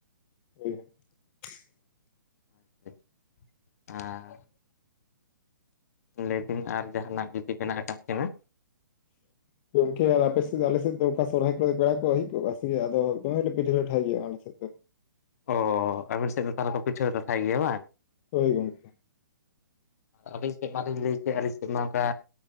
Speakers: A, on the left (about 30°); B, on the left (about 45°).
A: <unintelligible>
B: <unintelligible> ᱟᱻᱻ ᱞᱟᱹᱭ ᱵᱤᱱ ᱟᱨ ᱡᱟᱦᱟᱱᱟᱜ ᱡᱩᱫᱤ ᱢᱮᱱᱟᱜ ᱟᱠᱟᱫ ᱠᱤᱱᱟ᱾
A: <inaudible> ᱜᱚᱝᱠᱮ ᱟᱨ ᱟᱯᱮ ᱥᱮᱫ ᱫᱚ ᱟᱞᱮ ᱥᱮᱫ ᱫᱚ ᱚᱱᱠᱟ ᱥᱚᱨᱦᱟᱭ ᱠᱚᱨᱮ ᱯᱮᱲᱟ ᱠᱚ ᱦᱮᱡ ᱠᱚᱜᱼᱟ ᱥᱮ ᱟᱫᱚ ᱫᱚᱢᱮ ᱞᱮ ᱯᱤᱴᱷᱟᱹ ᱞᱟᱴᱷᱟᱭ ᱜᱮᱭᱟ ᱟᱞᱮ ᱥᱮᱫ ᱫᱚ᱾
B: ᱚ, ᱟᱹᱵᱤᱱ ᱥᱮᱫ ᱫᱚ ᱛᱟᱦᱚᱞᱮ ᱠᱚ ᱯᱤᱴᱷᱟᱹ ᱞᱟᱴᱷᱟᱭ ᱜᱮᱭᱟ ᱵᱟᱝ᱾
A: ᱦᱳᱭ ᱜᱚᱝᱠᱮ᱾
B: ᱟᱹᱵᱤᱧ ᱥᱮᱫ ᱢᱟᱞᱤᱧ ᱞᱟᱹᱭ ᱠᱮᱜ-ᱟ ᱟᱹᱞᱤᱧ ᱥᱮᱫ ᱢᱟ ᱚᱱᱠᱟ